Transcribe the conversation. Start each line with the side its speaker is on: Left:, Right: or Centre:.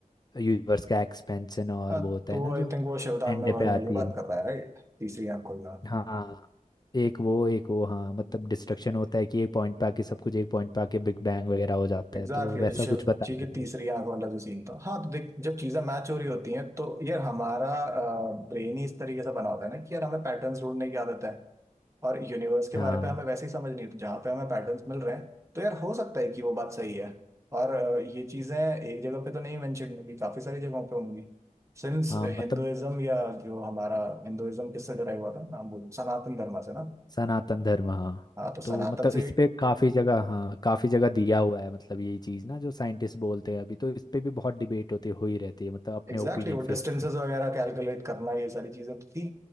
Left: यूनिवर्स का एक्सपेंशन और
Right: हाँ,
Left: वो होता
Right: तो
Left: है ना जो
Right: आई थिंक वो शिवतांडव
Left: एंड
Right: वगैरह
Left: पे आती
Right: की बात
Left: है
Right: कर रहा है राइट तीसरी आंख खोलना
Left: हाँ एक वो एक वो हाँ मतलब डिस्ट्रक्शन होता है कि एक पॉइंट पे आके सब कुछ एक पॉइंट पे आके बिग बैंग वगैरह हो जाता
Right: एग्जैक्टली
Left: है तो वैसा
Right: शिव
Left: कुछ बता
Right: जी की
Left: देते
Right: तीसरी
Left: हैं
Right: आंख वाला जो सीन था हाँ तो देख जब चीजें मैच हो रही होती हैं तो यार हमारा ब्रेन ही इस तरीके से बना होता है ना कि यार हमें पैटर्न्स ढूंढने की आदत है और यूनिवर्स के
Left: हाँ
Right: बारे पे हमें वैसे ही समझ नहीं है। तो जहाँ पे हमें पैटर्न्स मिल रहे हैं तो यार हो सकता है कि वो बात सही है और अ, ये चीजें एक जगह पे तो नहीं मेंशन होंगी काफी सारी जगहों पे होंगी सिंस
Left: हाँ
Right: हिंदुइज्म
Left: मतलब
Right: या जो हमारा हिंदुइज्म किससे डराई हुआ था नाम बोल सनातन धर्म से ना
Left: सनातन धर्म हाँ
Right: हाँ तो सनातन
Left: तो मतलब
Right: से
Left: इस पे काफी जगह हाँ काफी जगह दिया हुआ है मतलब यही चीज ना जो साइंटिस्ट बोलते हैं अभी तो इस पे भी बहुत डिबेट होते हो ही रहती है मतलब अपने
Right: एग्जैक्टली
Left: ओपिनियन
Right: exactly, वो
Left: फेंकते
Right: डिस्टेंसेस
Left: हैं
Right: वगैरह कैलकुलेट करना ये सारी चीजें तो थी